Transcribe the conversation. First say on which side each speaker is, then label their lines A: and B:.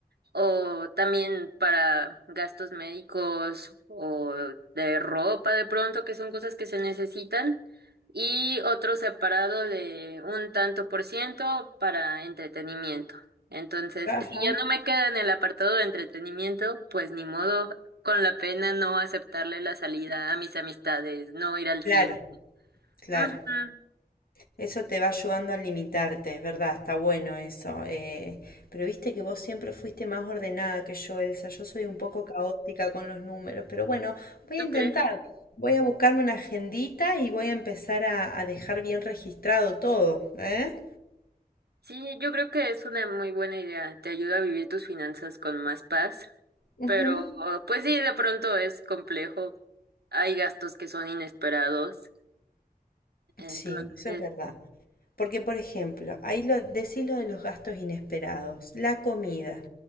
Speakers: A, on the right; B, on the left.
A: O también para gastos médicos o de ropa de pronto, que son cosas que se necesitan. Y otro separado de un tanto por ciento para entretenimiento. Entonces,
B: Ajá.
A: si ya no me queda en el apartado de entretenimiento, pues ni modo, con la pena no aceptarle la salida a mis amistades, no ir al
B: Claro,
A: cine.
B: claro.
A: Ujú.
B: Eso te va ayudando a limitarte, es verdad, está bueno eso. eh, pero viste que vos siempre fuiste más ordenada que yo, Elsa. Yo soy un poco caótica con los números, pero bueno, voy
A: ¿Tú
B: a intentar.
A: crees?
B: Voy a buscarme una agendita y voy a empezar a, a dejar bien registrado todo, ¿eh?
A: Sí, yo creo que es una muy buena idea. Te ayuda a vivir tus finanzas con más paz,
B: Ujú,
A: pero pues sí, de pronto es complejo. Hay gastos que son inesperados, entonces
B: Sí, eso es verdad. Porque, por ejemplo, ahí lo, decís lo de los gastos inesperados, la comida.